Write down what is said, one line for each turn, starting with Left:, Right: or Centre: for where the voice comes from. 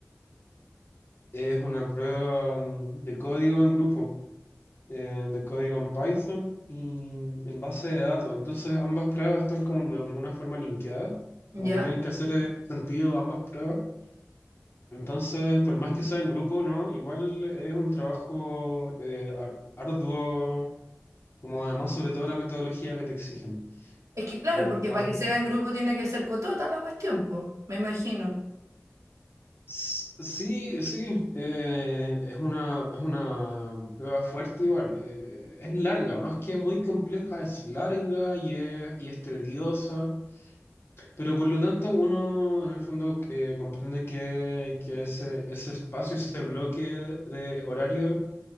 Left: es una prueba mm, de código en grupo, eh, de código en Python y en base de datos. Entonces ambas pruebas están como de alguna forma linkeadas,
Right: ¿Ya?
Left: como que tienen que hacer eh, sentido ambas pruebas. Entonces, por más que sea en grupo, ¿no? Igual es un trabajo eh, ar- arduo, como además sobre todo la metodología que te exigen.
Right: Es que claro,
Left: Entonces,
Right: porque para que sea en grupo tiene que ser cotota la cuestión, pues, me imagino.
Left: S- Sí, sí, eh, es una, es una prueba fuerte igual. eh, es larga, más que muy compleja, es larga y es, y es tediosa, pero por lo tanto uno en el fondo eh, comprende que, que ese, ese espacio, ese bloque de horario